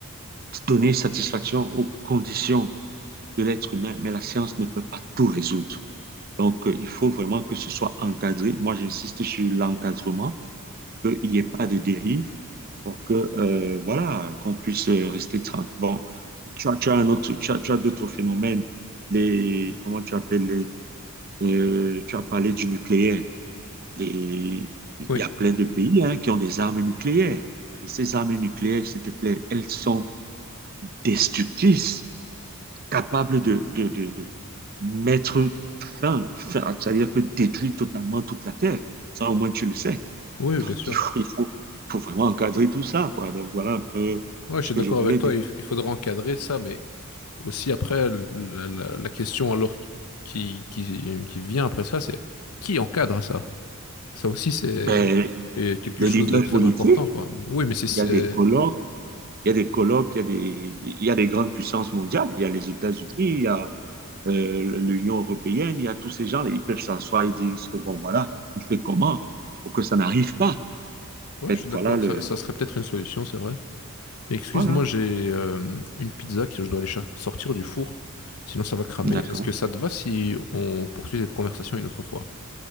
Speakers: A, on the right; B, on the left.
A: donner satisfaction aux conditions de l'être humain, mais la science ne peut pas tout résoudre. Donc, euh, il faut vraiment que ce soit encadré. Moi, j'insiste sur l'encadrement, qu'il n'y ait pas de dérive pour que, euh, voilà, qu'on puisse euh, rester tranquille. Bon, tu as, tu as un autre, tu as, tu as d'autres phénomènes, les, comment tu appelles les, euh, tu as parlé du nucléaire. les- il
B: Oui,
A: y a plein de pays hein, qui ont des armes nucléaires. Et ces armes nucléaires, s'il te plaît, elles sont destructrices, capables de, de, de, de mettre fin, c'est-à-dire que détruire totalement toute la Terre. Ça, au moins, tu le sais.
B: oui, bien
A: Donc,
B: sûr.
A: il faut, il faut, faut vraiment encadrer tout ça, quoi. Donc, voilà un peu
B: Ouais, je
A: ce
B: suis
A: que
B: d'accord
A: je voulais
B: avec toi,
A: dire.
B: il, f- il faudra encadrer ça, mais aussi après, la, la- la question alors qui, qui, qui vient après ça, c'est qui encadre ça? Ça aussi, c'est
A: Ben,
B: c'est quelque
A: les
B: chose
A: leaders
B: de très
A: politiques,
B: important, quoi. Oui, mais c'est... c'est-
A: il y a des colloques, il y a des colloques, il y a des, il y a des grandes puissances mondiales, il y a les États-Unis, il y a, euh, l'Union européenne, il y a tous ces gens, ils peuvent s'asseoir et dire, bon, voilà, on fait comment pour que ça n'arrive pas.
B: Ouais,
A: En
B: je
A: fait,
B: suis d'accord,
A: voilà le,
B: ça, ça serait peut-être une solution, c'est vrai. Mais excuse-moi,
A: voilà.
B: j'ai euh, une pizza que je dois aller cher- sortir du four, sinon ça va cramer.
A: D'accord,
B: Est-ce que ça te va si on poursuit cette conversation une autre fois?